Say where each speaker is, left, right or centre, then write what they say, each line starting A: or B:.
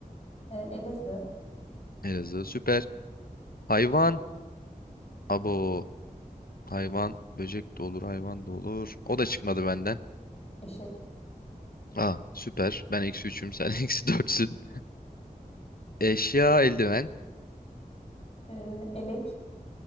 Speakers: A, on the left; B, on the left.
A: E, Elazığ.
B: Elazığ süper. Hayvan. Abo. Hayvan. Böcek de olur. Hayvan da olur. O da çıkmadı benden.
A: Eşek.
B: Aa süper. Ben eksi üçüm. Sen <laughs> eksi dörtsün. Eşya eldiven.
A: E, elek.